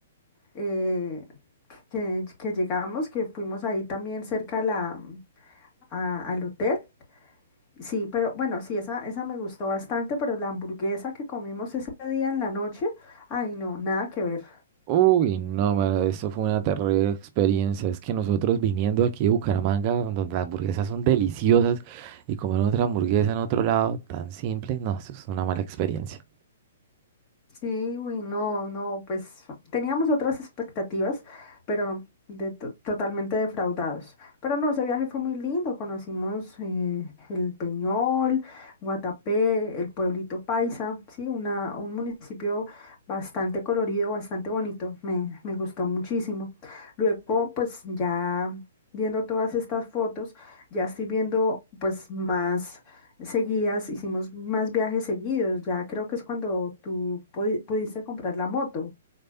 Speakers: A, on the left; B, on the right.
A: eh, que, que llegamos, que fuimos ahí también cerca a la, a- al hotel. Sí, pero bueno, sí, esa, esa me gustó bastante, pero la hamburguesa que comimos ese día en la noche, ay, no, nada que ver.
B: Uy, no, mano, eso fue una terrible experiencia. Es que nosotros viniendo aquí de Bucaramanga, donde las hamburguesas son deliciosas, y comer otra hamburguesa en otro lado tan simple, no, eso es una mala experiencia.
A: Sí, güey, no, no, pues teníamos otras expectativas, pero de to- totalmente defraudados. Pero no, ese viaje fue muy lindo. Conocimos eh, el Peñol, Guatapé, el pueblito Paisa, sí, una, un municipio bastante colorido, bastante bonito. Me, me gustó muchísimo. Luego, pues ya viendo todas estas fotos, ya estoy viendo pues más seguidas, hicimos más viajes seguidos, ya creo que es cuando tú pudi- pudiste comprar la moto.